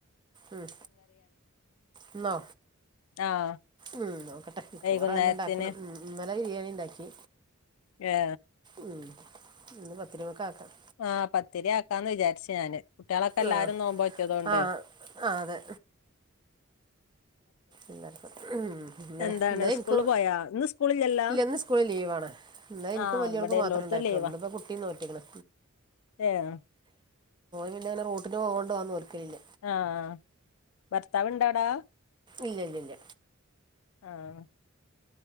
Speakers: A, on the right; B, on the left.
A: ഉം ഇന്നോ
B: ആഹ്
A: ഉം നോ ഇവിടെ
B: വൈകുന്നേരത്തിന്
A: എന്നുണ്ടാക്കണം ഇന്നലെ ബിരിയാണി ഉണ്ടാക്കി.
B: ഹെ
A: ഉം ഇന്ന് പത്തിരിയൊക്കെ ആക്കാം
B: ആഹ് പത്തിരിയാക്കാന്ന് വിചാരിച്ചേ ഞാന് കുട്ടിയോളൊക്കെ എല്ലാരും
A: ആ
B: ന്നോൽബ് നോറ്റ തോണ്ട്
A: ആ ആ അതെ ഇന്നലെ ഉം ഇന്നലെ
B: എന്താണ്
A: എനിക്ക്
B: സ്കൂളിൽ പോയാ ഇന്ന് സ്കൂളില്ലല്ലോ
A: ഇല്ല ന്ന് സ്കൂള് ലീവാണ് ഇന്നലെ എനിക്കും
B: ആഹ്
A: വലിയൾക്കു
B: ഇവിടെ
A: മാത്രമേയുണ്ടായിട്ടുള്ളൂ.
B: എല്ലോടത്തും ലീവാ
A: ഇന്ന് ഇപ്പോ കുട്ടിയും നോട്ട്ന് മേനു
B: ഏഹ്
A: പിന്നെയിവിടെറൂട്ടിനുപോകുന്നത് കൊണ്ട് ഓൻ നോല്ക്കലില്ല
B: ആഹ്.. ഭർത്താവുണ്ടോടാ..
A: ഇല്ലയില്ലയില്ല..
B: ആഹ്